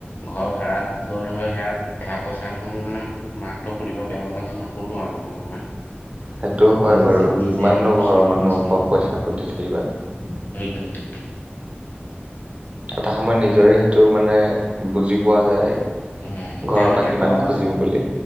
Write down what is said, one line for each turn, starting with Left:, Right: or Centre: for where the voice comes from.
Left: ঘৰ ভাৰাটো ধৰ সেয়া দেহা পইচা ধৰ মোৰ মানে মাহঁতক সুধিব বেয়াও লাগে নকোলো আৰু ধৰ তোমাৰ।
Right: সেইটো হয়
Left: নিজে
Right: বাৰু,
Left: নিজে
Right: কিমাননো
Left: অলপ
Right: ঘৰৰ
Left: চলিব
Right: মানুহৰ
Left: চাওঁ
Right: পৰা পইচা সুধি থাকিবা?
Left: সেইটোৱে সেইটোৱে।
Right: এটা সময়ত নিজৰে সেইটো মানে বুজি পোৱা যায়।
Left: উম
Right: ঘৰৰ
Left: তেওঁলোকে
Right: পৰা কিমান
Left: কয়।
Right: খুজিম বুলি